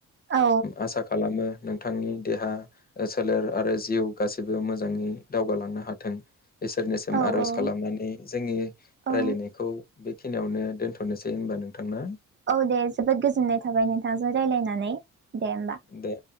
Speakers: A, on the right; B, on the left.
A: औ
B: आसा खालाम खालामो नोंथांनि देहा सोलेर आरो जिउ गासिबो मोजाङै दावगालांनो हाथों इसोरनिसिम
A: औ
B: आर'ज
A: औ
B: खालामनानै जोंनि
A: औ
B: राय्लायनायखौ बेखिनियावनो दोनथ'नोसै होनबा नोंथां ना
A: औ दे जोबोद गोजोननाय थाबाय नोंथांजों रायज्लायनानै दे होमबा
B: दे